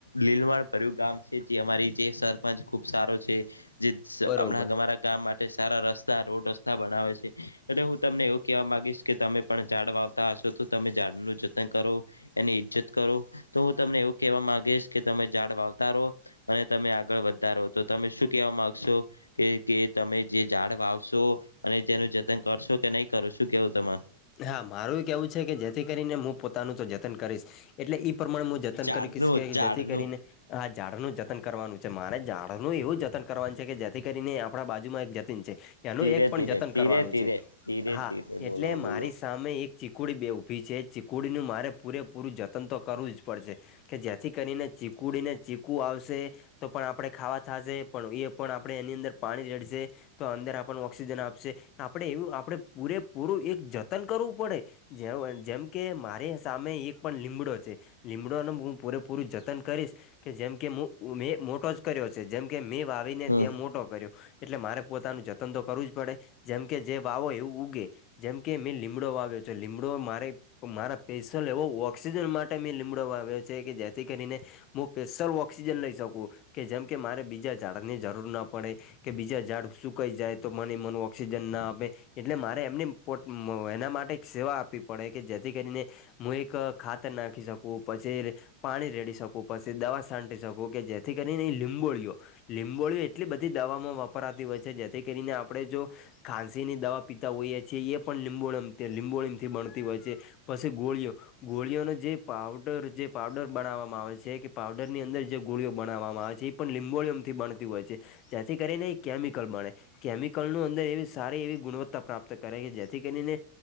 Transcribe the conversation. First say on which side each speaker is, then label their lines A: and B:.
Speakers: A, on the left (about 80°); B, on the left (about 35°).
A: લીલવાણ ભર્યું ગામ છે જે અમારી જે સરપંચ ખુબ સારો છે જે હમણાંમારા
B: બરોબર
A: કામ માટે સારા રસ્તા રોડ રસ્તા બનાવે છે. એટલે હું તમને એવું કહેવા ગીશ કે તમે પણ ઝાડ વાવતા હશો તો તમે ઝાડનું જતન કરો. એની ઈજ્જત કરો તો હું તમને એવું કેહેવા માંગીશ કે તમે ઝાડ વાવતા રહો અને તમે આગળ વધતા રહો તો તમે શું કેહેવા માંગશો. કે કે તમે જે ઝાડ વાવશો અને તેનું જતન કરશો કે નહી કરો શું કેવું તમાર?
B: હા મારું એ કેવું છે કે જેથી કરીને હું પોતાનું તો જતન કરીશ એટલે ઈ પ્રમાણે જતન
A: ઝાડનું
B: કરી
A: ઝાડનું
B: જથી કરીને હા ઝાડનું જતન કરવાનું છે મારે ઝાડનું એવું જતન કરવાનું છે કે જેથી કરીને આપણા બાજુમાં એક જતીન છે એનું
A: ધીરે
B: એક પણ
A: ધીરે
B: જતન
A: ધીરે
B: કરવાનું
A: ધીરે
B: છે
A: ધીરે
B: હા
A: ધીરે
B: એટલે
A: બોલો
B: મારી
A: બોલો
B: સામે એક ચીકુડી બે ઊભી છે ચીકુડીનું મારે પૂરેપૂરું જતન તો કરવું જ પડશે. કે જે્યાંથી કરીને ચીકુડીને ચીકુ આવશે. તો પણ આપણે ખાવા થશે પણ એ પણ આપણે એની અંદર પાણી રડશે તો અંદર આપણને ઓક્સિજન આપશે આપડે એવું આપણે પૂરેપૂરું એક જતન કરવું પડે જે જેમ કે મારી સામે એક પણ લીમડો છે. લીમડાોનું હું પૂરેપૂરું જતન કરીશ કે જેમકે મેં મોટો જ કર્યો છે જેમકે મેં વાવીને
A: હમ
B: ત્યાં મોટો કર્યો. એટલે મારે પોતાનું જતન તો કરવું જ પડે જેમ કે જે વાવો એવું ઉગે. જેમ કે મેં લીમડો વાવ્યો છે લીમડો મારે તો મારા પેશલ એવો ઓક્સિજન માટે મેં લીમડો વાવ્યો છે કે જેથી કરીને હું સ્પેશિયલ ઓક્સિજન લઈ શકું કે જેમ કે મારે બીજા ઝાડાની જરૂર ના પડે કે બીજા ઝાડ સુુંકાઈ જાય તો મને મનો ઓક્સિજન ના આપે એટલે મારે એમને પોટ મો એના માટે એક સેવા આપવી પડે કે જેથી કરીને હું એક ખાતર નાખી શકું પછી એ પાણી રેડી શકું પછી દવા છંટી શકું કે જેથી કરીને એ લીંબોળીઓ લીંબોળીઓ એટલી બધી દવામાં વપરાતી હોય છે જેથી કરીને આપણે જો ખાંસી ની દવા પીતા હોઈએ છીએ એ પણ લીંબોમ લીંબોળમથી બણતી હોય છે. પછી ગોળીઓ ગોળીઓનો જે પાવડર જે પાવડર બનાવવામાં આવે છે કે પાવડર ની અંદર જે ગોળીઓ બનાવવામાં આવે છે એ પણ લીંબોળયમથી બણતી હોય છે. જેથી કરીને એ કેમિકલ બને કેમિકલ નું અંદર એવી સારી એવી ગુણવત્તા પ્રાપ્ત તા કરે એ જેથી કરીને